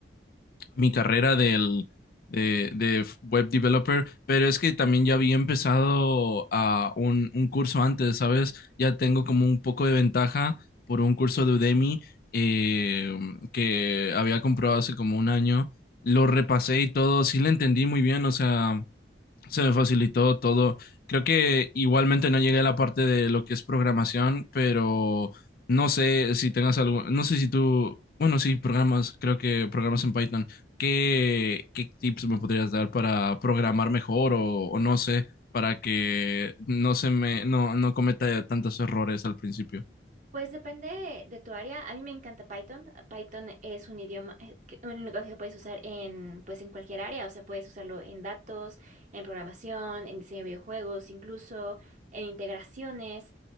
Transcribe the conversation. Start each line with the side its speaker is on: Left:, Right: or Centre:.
Left: mi carrera del, de, de web developer, pero es que también ya había empezado a un, un curso antes, ¿sabes? Ya tengo como un poco de ventaja por un curso de Udemy eh, que había comprado hace como un año. Lo repasé y todo, sí le entendí muy bien, o sea, se me facilitó todo. Creo que igualmente no llegué a la parte de lo que es programación, pero no sé si tengas algo, no sé si tú, bueno, sí, programas, creo que programas en Python. ¿Qué, qué tips me podrías dar para programar mejor o, o no sé, para que no se me, no, no cometa tantos errores al principio?
Right: Pues depende de tu área. A mí me encanta Python. Python es un idioma, eh, que- un lenguaje que puedes usar en, pues, en cualquier área. O sea, puedes usarlo en datos, en programación, en diseño de videojuegos, incluso en integraciones.